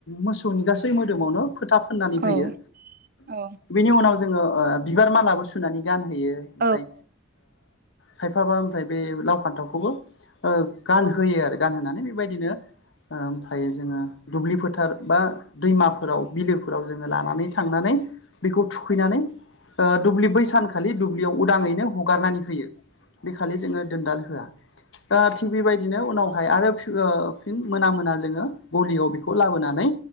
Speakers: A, on the left; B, on the right.
A: मोसौनि गासै मोदोमावनो। पुननानै
B: औ
A: होयो
B: औ
A: बिनि उनाव जोङो बिबार मालाबो सुनानै गानो। ओमफ्राय
B: औ
A: खायफाबा ओमफ्राय बे लाव फान्थावखौबो। गानहोयो आरो गानहोनानै बेबायदिनो ओमफ्रायो जोङो दुब्लि फोथार। बा दैमाफोराव बिलो। जोंङो लानानै थांनानै बेखौ थुखैनानै दुब्लि बै सानखालि। दुब्लियाव उदाङैनो हगारनानै होयो बे खालि जोङो दोनदाल होआ। थिग बेबायदिनो उनावहाय आरो फिन मोना मोना। गलियाव बेखौ लाबोना नै